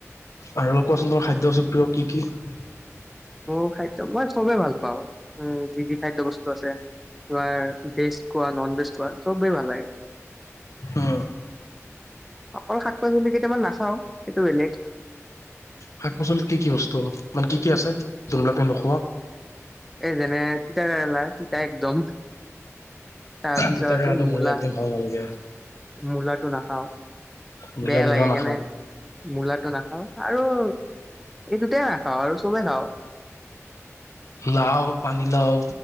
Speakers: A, on the left; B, in the centre.
A: আৰু কোৱাচোন তোমাৰ খাদ্য বস্তু প্ৰিয় কি, কি?
B: মই খাদ্য মই চবে ভালপাওঁ উম, যি, যি খাদ্য বস্তু আছে। তোমাৰ ভেজ কোৱা, ন'ন ভেজ কোৱা চবেই ভাল লাগে।
A: উম
B: অকল শাক পাচলি কেটামান নাখাওঁ সেইটো বেলেগ।
A: শাক পাচলিত কি, কি বস্তু মানে কি, কি আছে যোনবিলাক তুমি নোখোৱা?
B: এই যেনে তিতাকেৰেলা তিতা একদম। তাৰপিছত
A: তিতা কেৰেলাটো
B: এই মূলা।
A: মোৰ একদম ভাল নালাগে
B: মূলাটো নাখাওঁ,
A: মূলা
B: বেয়া
A: মূলা
B: লাগে
A: নাখাওঁ
B: কেনে। মূলাটো নাখাওঁ আৰু এই দুটাই নাখাওঁ আৰু চবেই খাওঁ।
A: লাও, পানীলাও,